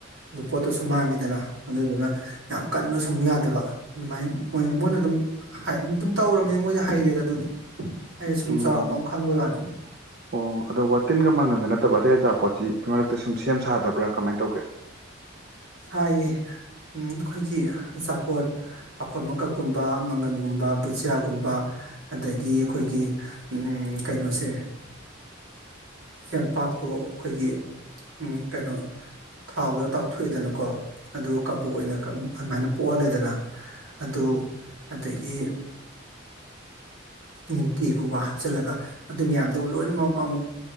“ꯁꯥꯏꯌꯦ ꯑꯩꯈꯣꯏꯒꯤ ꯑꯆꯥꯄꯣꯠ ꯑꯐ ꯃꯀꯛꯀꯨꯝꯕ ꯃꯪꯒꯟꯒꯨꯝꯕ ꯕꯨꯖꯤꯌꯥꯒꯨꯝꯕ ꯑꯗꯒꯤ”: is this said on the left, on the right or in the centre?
Right